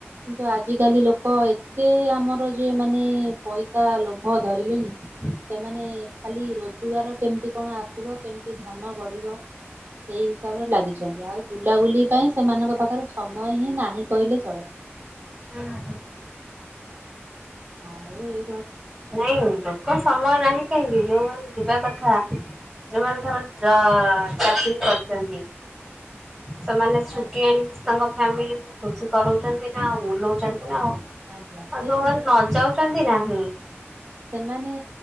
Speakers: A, on the right; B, in the centre.
A: କିନ୍ତୁ ଆଜିକାଲି ଲୋକ ଏତେ ଆମର ଯେ ମାନେ ପଇସା ଲୋଭ ଧରିଲେଣି।
B: <inaudible>
A: ସେମାନେ ଖାଲି ରୋଜଗାର କେମତି କଣ ଆସିବ କେମିତି ଧନ ବଢ଼ିବ। ସେଇ ହିସାବରେ ଲାଗିଛନ୍ତି ଆଉ ବୁଲାବୁଲି ପାଇଁ ସେମାନଙ୍କ ପାଖରେ ସମୟ ହିଁ ନାହିଁ କହିଲେ ଚଳେ।
B: ହୁଁ, ହୁଁ।
A: ଆଉ ଏ
B: ନାଇଁ ଲୋକ ସମୟ ନାହିଁ କାହିଁକି ଯୋଉମାନେ ଯିବା କଥା ଯୋଉମାନେ ଧର ଜାଆ ଚାକିରୀ କରିଛନ୍ତି। ସେମାନେ ଛୁଟି
A: ଆ
B: ଆଣିକି ତାଙ୍କ ଫ୍ୟାମିଲିକୁ ଖୁସି କରଉଛନ୍ତି ନା ଆଉ ବୁଲଉଛନ୍ତି ନା ଆଉ। ଆଉ
A: ଆଜ୍ଞା ସିଏ
B: ଯୋଉମାନେ
A: ଯୋଉ
B: ନ ଯାଉଚନ୍ତି ନାହିଁ।
A: ସେମାନେ